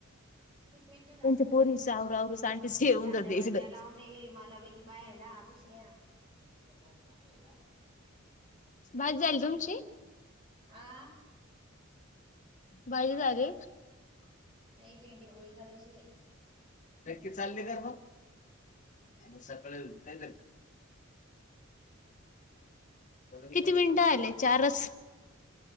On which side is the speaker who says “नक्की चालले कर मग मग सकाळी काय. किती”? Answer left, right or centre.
Left